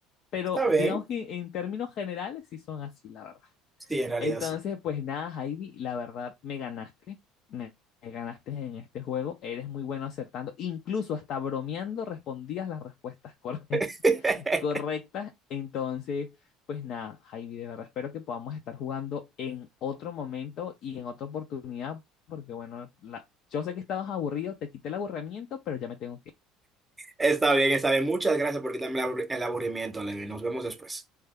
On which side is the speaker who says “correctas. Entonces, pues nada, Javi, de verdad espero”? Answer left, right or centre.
Left